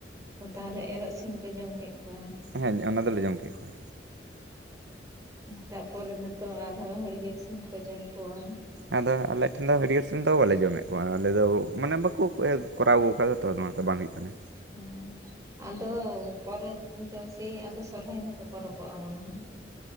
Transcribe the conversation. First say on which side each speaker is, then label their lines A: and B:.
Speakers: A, on the right (about 20°); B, on the right (about 80°).
A: ᱛᱟᱦᱚᱞᱮ ᱮᱨᱚᱜ ᱥᱤᱢ ᱯᱮ ᱡᱚᱢ ᱠᱮᱫ ᱠᱚᱣᱟ᱾
B: ᱦᱮᱸ ᱚᱱᱟ ᱫᱚᱞᱮ ᱡᱚᱢ ᱠᱮᱫ ᱠᱚᱣᱟ᱾
A: ᱛᱟᱯᱚᱨᱮ ᱱᱤᱛᱚᱜ ᱟᱨᱦᱚᱸ ᱦᱟᱹᱲᱭᱟᱹᱲ ᱥᱤᱢ ᱠᱚ ᱡᱚᱢ ᱠᱚᱣᱟ᱾
B: ᱟᱫᱚ ᱟᱞᱮᱴᱷᱮᱱ ᱫᱚ ᱦᱟᱹᱲᱭᱟᱹᱲ ᱥᱤᱢ ᱫᱚ ᱵᱟᱞᱮ ᱡᱚᱢᱮᱫ ᱠᱚᱣᱟ ᱟᱞᱮᱫᱚ ᱢᱟᱱᱮ ᱵᱟᱠᱚ ᱠᱚᱨᱟᱣ ᱟᱹᱜᱩ ᱟᱠᱟᱫᱟᱼᱼ ᱛᱚ ᱱᱚᱣᱟ ᱫᱚ ᱵᱟᱝ ᱦᱩᱭᱩᱜ ᱠᱟᱱᱟ᱾
A: ᱦᱩᱸ ᱟᱫᱚ ᱯᱚᱨᱮ ᱫᱚ ᱥᱮᱭ ᱟᱫᱚ ᱥᱚᱨᱦᱟᱭ ᱱᱟᱛᱮ ᱯᱚᱨᱚᱵᱚᱜᱼᱟ ᱢᱚᱱᱮ ᱦᱚᱭ